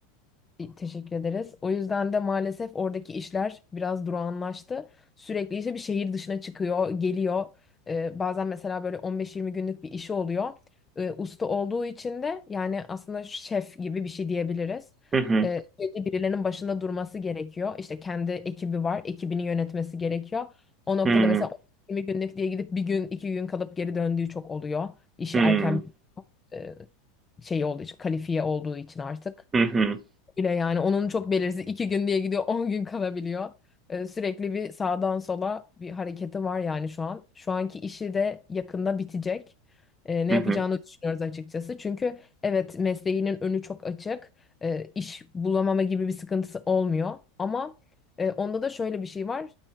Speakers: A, on the left; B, on the right.
A: Teşekkür ederiz. O yüzden de maalesef oradaki işler biraz durağanlaştı. Sürekli işte bir şehir dışına çıkıyor, geliyor. Ee, bazen mesela böyle 15-20 günlük bir işi oluyor. Ee, usta olduğu için de yani aslında şef gibi bir şey diyebiliriz.
B: Hı hı.
A: Ee, sürekli birilerinin başında durması gerekiyor. İşte kendi ekibi var, ekibini yönetmesi gerekiyor. O noktada
B: hı
A: mesela 20 günlük diye gidip bir gün, iki gün kalıp geri döndüğü çok oluyor. İşi
B: Hıı.
A: erken e, şey olduğu için, kalifiye olduğu için artık.
B: Hı hı.
A: Öyle yani onun çok belirsiz iki gün diye gidiyor 10 gün kalabiliyor. Ee, sürekli bir sağdan sola bir hareketi var yani şu an. Şu anki işi de yakında bitecek. Ee, ne
B: Hı
A: yapacağını
B: hı.
A: düşünüyoruz açıkçası. Çünkü evet mesleğinin önü çok açık. Ee, iş bulamama gibi bir sıkıntısı olmuyor. Ama e, onda da şöyle bir şey var.